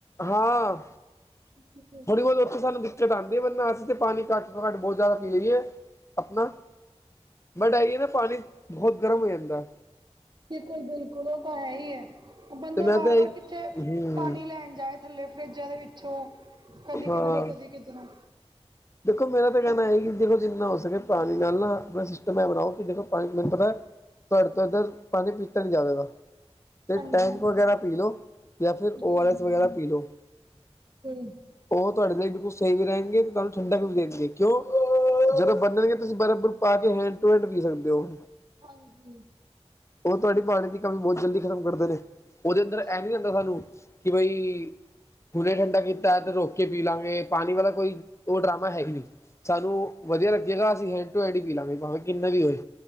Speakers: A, on the left (about 25°); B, on the right (about 40°).
A: ਹਾਂ।
B: ਹ <unintelligible>
A: ਥੋੜੀ ਬਹੁਤ ਉੱਥੇ ਸਾਨੂੰ, ਦਿੱਕਤ ਆਦੀ ਹੈੰ। ਵਰਨਾ ਅਸੀਂ ਤਾਂ ਪਾਣੀ, ਘੱਟ ਤੋਂ ਘੱਟ ਬਹੁਤ ਜ਼ਿਆਦਾ, ਪੀ ਲਈਏ। ਆਪਣਾ, ਬੈਟ ਹੈ ਕੀ, ਨਾ ਪਾਣੀ ਬਹੁਤ ਗਰਮ, ਹੋ ਜਾਂਦਾ।
B: ਬਿਲਕੁਲ- ਬਿਲਕੁਲ, ਉਹ ਤਾਂ ਹੈ, ਹੀ ਹੈ। ਬੰਦਾ
A: ਤੇ ਮੈਂ
B: ਵਾਰ-
A: ਤਾਂ
B: ਵਾਰ, ਕਿੱਥੇ
A: ਹਮ
B: ਪਾਣੀ ਲੈਣ ਜਾਏ। ਥੱਲੇ ਫਰਿਜਾਂ ਦੇ ਵਿੱਚੋਂ, ਕਦੀ
A: ਹਾਂ
B: ਕਿੱਧਰੋਂ- ਕਦੀ ਕਿਧਰੋਂ।
A: ਦੇਖੋ ਮੇਰਾ ਤਾਂ, ਕਹਿਣਾ ਹੈ ਕਿ, ਦੇਖੋ ਜਿੰਨਾ ਹੋ ਸਕੇ, ਪਾਣੀ ਨਾਲ ਨਾ, ਆਪਣਾ ਸਿਸਟਮ ਏ ਬਣਾਓ, ਕਿ ਦੇਖੋ ਪਾਣੀ ਮੈਨੂੰ ਪਤਾ ਹੈ। ਤੁਹਾਡੇ ਤੋਂ ਇੱਧਰ, ਪਾਣੀ ਪੀਤਾ ਨੀ ਜਾਵੇਗਾ। ਤੇ
B: ਹਾਂਜੀ
A: ਟੈਂਕ, ਵਗੈਰਾ ਪੀ ਲੋ। ਜਾਂ ਫੇਰ
B: ਜੀ
A: ਓ, ਆਰ,
B: ਜੀ
A: ਐਸ, ਵਗੈਰਾ ਪੀ ਲੋ।
B: ਜੀ
A: ਉਹ ਤੁਹਾਡੇ ਲਈ, ਵੀ ਸਹੀ ਰਹਿਣਗੇ, ਤੇ ਤੁਹਾਨੂੰ ਠੰਡਕ ਵੀ ਦੇਣਗੇ। ਕਿਉਂ, ਜਦੋਂ ਬਣਨਗੇ ਤੁਸੀਂ, ਬਰਫ਼ ਪਾ ਕੇ, ਹੈਂਡ ਟੂ ਹੈਂਡ ਪੀ ਸਕਦੇ ਹੋ।
B: ਹਾਂਜੀ।
A: ਉਹ ਤੁਹਾਡੀ ਪਾਣੀ, ਦੀ ਕਮੀ ਬਹੁਤ ਜਲਦੀ ਖ਼ਤਮ, ਕਰਦੇ ਨੇ। ਉਹਦੇ ਅੰਦਰ
B: ਹਾਂਜੀ
A: ਐ ਨੀ ਹੁੰਦਾ, ਸਾਨੂੰ। ਕਿ ਬਈ, ਹੁਣੇ ਠੰਡਾ ਕੀਤਾ ਹੈ, ਤੇ ਰੋਕ ਕੇ ਪੀ ਲਾਂਗੇ। ਪਾਣੀ ਵਾਲਾ ਕੋਈ ਉਹ ਡਰਾਮਾ ਹੈਗੇ ਨਹੀਂ। ਸਾਨੂੰ ਵਧੀਆ ਲੱਗੇਗਾ। ਅਸੀਂ ਹੈਂਡ ਟੂ ਹੈਂਡ ਹੀ ਪੀ ਲਵਾਂਗੇ, ਭਾਵੇਂ ਕਿੰਨਾ ਵੀ ਹੋਏ।